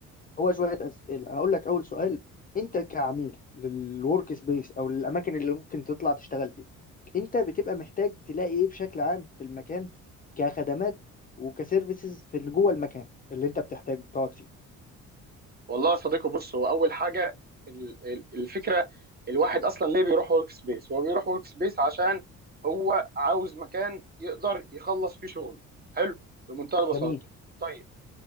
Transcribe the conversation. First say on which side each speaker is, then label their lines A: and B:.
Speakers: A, on the left (about 20°); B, on the right (about 25°).
A: هو شوية أسئلة هقول لك أول سؤال أنت كعميل للورك سبيس أو للأماكن اللي ممكن تطلع تشتغل فيها أنت بتبقى محتاج تلاقي إيه بشكل عام في المكان كخدمات وكسيرفيسز في اللي جوه المكان اللي أنت بتحتاج تقعد فيه
B: والله يا صديقي بص هو اول حاجه ال- ال- الفكره الواحد اصلا ليه بيروح ورك سبيس هو بيروح ورك سبيس عشان هو عاوز مكان يقدر يخلص فيه شغله حلو بمنتهى البساطه
A: جميل
B: طيب